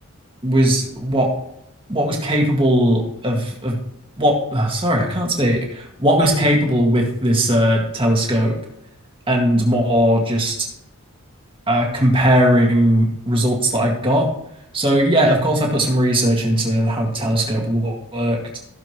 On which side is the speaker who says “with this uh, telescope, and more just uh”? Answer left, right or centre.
Right